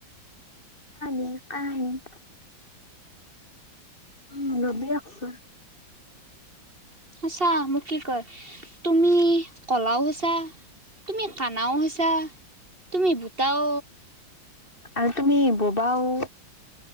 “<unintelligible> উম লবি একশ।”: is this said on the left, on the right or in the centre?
Left